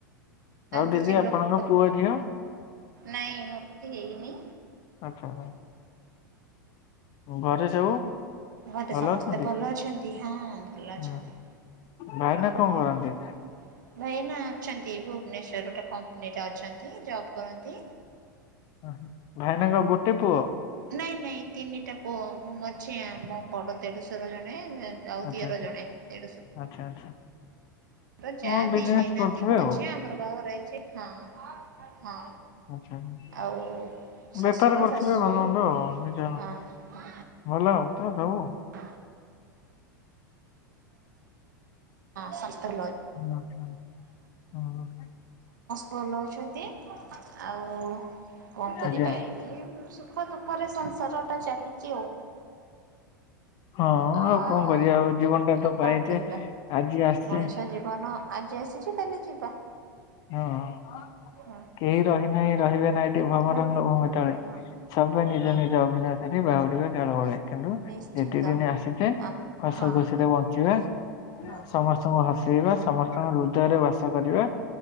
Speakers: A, on the left; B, on the right.
A: ଆଉ
B: କିଛି
A: ଦିଦି ଆପଣଙ୍କ
B: ଲୋକ
A: ପୁଅ ଝିଅ?
B: ନାଇଁ ମୋର କିଛି ହେଇନି।
A: ଆଚ୍ଛା ହଁ। ଘରେ ସବୁ?
B: ଘରେ
A: ଭଲ
B: ସମସ୍ତେ
A: ଅଛନ୍ତି?
B: ଭଲ ଅଛନ୍ତି ହଁ ଭଲ ଅଛନ୍ତି।
A: ହୁଁ ଭାଇନା କଣ
B: ଆଉ
A: କରନ୍ତି?
B: ଭାଇ ନା ଅଛନ୍ତି ଭୁବନେଶ୍ୱର ଗୋଟେ କମ୍ପାନୀରେ ଅଛନ୍ତି ଜବ୍ କରନ୍ତି।
A: ଓହୋ ଭାଇନାଙ୍କ ଗୋଟେ ପୁଅ?
B: ନାଇଁ ନାଇଁ ତିନିଟା ପୁଅ ମୁଁ ମଝିଆ ମୋ ବଡ଼ ଦେଢଶୁର ଜଣେ ଆଉ
A: ଆଚ୍ଛା
B: ଦିଅର ଜଣେ ଦେଢଶହ
A: ଆଚ୍ଛା ଆଚ୍ଛା।
B: ଆର ଯାହା
A: ହଁ ବିଜନେସ୍
B: ଦିଶାଇନାହାନ୍ତି
A: କରୁଥିବେ
B: ମୁଁ ମଝିଆ
A: ଆଉ
B: ଆମର ବାହା ଘର ହେଇଛି ହଁ ହଁ।
A: ଆଚ୍ଛା ଆଚ୍ଛା।
B: ଆଉ ଶଶୁର
A: ବେପାର କରୁଥିବେ
B: ଶାଶୁ
A: ଭଲ ମନ୍ଦ ଆଉ ନିଜ
B: ହଁ ହଁ ହ
A: ଭଲ ତ ସବୁ।
B: <unintelligible> <unintelligible> ସମସ୍ତେ
A: ଆଚ୍ଛା ହଁ
B: ଭଲ ଅଛନ୍ତି। ଆଉ କଣ କରିବା
A: ଆଜ୍ଞା
B: ଏଇ ସୁଖ ଦୁଃଖରେ ସଂସାର। <unintelligible> ଚାଲିଛି ଆଉ।
A: ହଁ
B: ଆଉ
A: ଆଉ କଣ କରିବା ଜୀବନ ଟା ତ
B: କଣ
A: ପାଇଛେ
B: କରିବା
A: ଆଜି ଆସିଛେ
B: ମଣିଷ ଜୀବନ ଆଜି ଆସିଛି କାଲି ଯିବା।
A: ହୁଁ
B: ହଁ
A: କେହି ରହିନାହିଁ ରହିବେ ନାଇଁ ଏ ଭବରଙ୍ଗ
B: ରହିଲା।
A: ଭୂମିି ତଳେ
B: ହଁ
A: ସର୍ବେ ନିଜ
B: ହଁ
A: ନିଜ ଅଭିନୟ ବାହୁଡିବା କାଳ ବଳେ। କିନ୍ତୁ
B: ନିଶ୍ଚିନ୍ତ
A: ଯେତି ଦିନି ଆସିଚେ
B: ଆମ୍
A: ହସ
B: ହଁ
A: ଖୁସିରେ ବଞ୍ଚିବା
B: ହଁ
A: ସମସ୍ ସବୁ ହସେଇବା ସମସ୍ତଙ୍କ ହୃଦୟରେ ବାସ କରିବା।